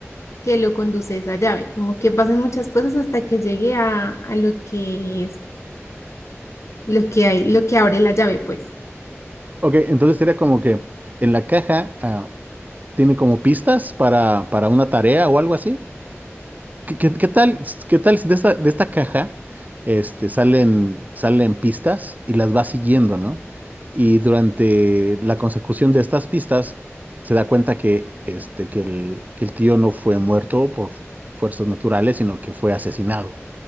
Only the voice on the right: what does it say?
Ok, entonces sería como que en la caja ah, tiene como pistas para, para una tarea o algo así. ¿Qué, qué- qué tal, qué tal si de esta, de esta caja este, salen, salen pistas y las va siguiendo, ¿no? Y durante la consecución de estas pistas se da cuenta que, este, que el, que el tío no fue muerto por fuerzas naturales, sino que fue asesinado,